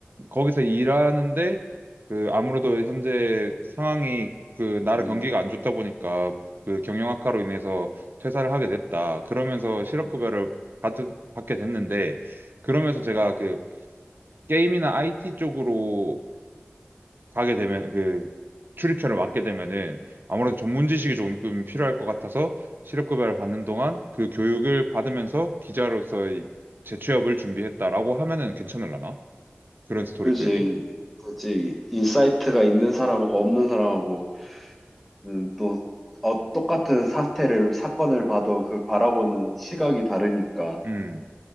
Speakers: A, on the right (about 55°); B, in the centre.
A: 거기서 일하는데 그 아무래도 현재 상황이 그 나라
B: 음.
A: 경기가 안 좋다 보니까 그 경영 악화로 인해서 퇴사를 하게 됐다. 그러면서 실업급여를
B: 음,
A: 받, 받게 됐는데 그러면서 제가
B: 음.
A: 그 게임이나 IT 쪽으로 가게 되면 그 출입처를 맡게 되면은 아무래도 전문 지식이 조금 필요할 것 같아서 실업급여를 받는 동안 그 교육을 받으면서 기자로서의 재취업을 준비했다라고 하면은 괜찮을라나? 그런 스토리텔링?
B: 그지, 그지. 인사이트가 있는 사람하고 없는 사람하고 음, 또 어, 똑같은 사태를 사건을 봐도 그 바라보는 시각이 다르니까
A: 음.